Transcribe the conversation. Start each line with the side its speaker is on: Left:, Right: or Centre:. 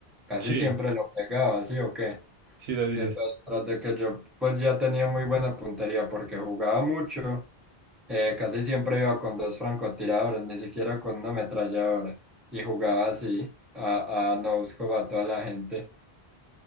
Centre: casi
Right: Sí,
Centre: siempre lo pegaba, ¿sí o qué?
Right: sí, lo dices.
Centre: Y entonces, tras de que yo pues ya tenía muy buena puntería porque jugaba mucho. Eh, casi siempre iba con dos francotiradores, ni siquiera con una ametralladora. Y jugaba así, a, a no buscaba a toda la gente.